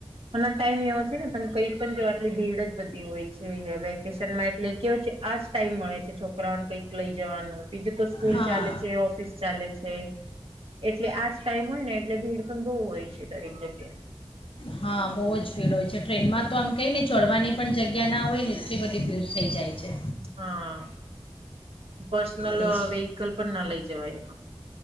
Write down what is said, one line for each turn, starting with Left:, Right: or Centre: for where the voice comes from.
Right: અને ટાઈમ એવો છે ને તમે કઈ પણ જાવ આટલી ભીડ જ બધી હોય. વેકેશનમાં એટલે કેવો છે આજ ટાઈમ મળે છે છોકરાઓને કઈક લઈ જવાનો બીજું તો સ્કૂલ
Left: હા
Right: ચાલે છે, ઓફિસ ચાલે છે એટલે આજ ટાઈમ હોય ને એટલે ભીડ પણ બહુ હોય છે દરેક જગ્
Left: હા બહુ જ ભીડ હોય છે ટ્રેનમાં તો આમ કેયને ચડવાની પણ જગ્યા ના હોય ને એટલી બધી ભીડ થઈ જાય છે.
Right: હા. પર્સનલ
Left: એ જ
Right: વેહિકલ પણ ના લઈ જવાય યા.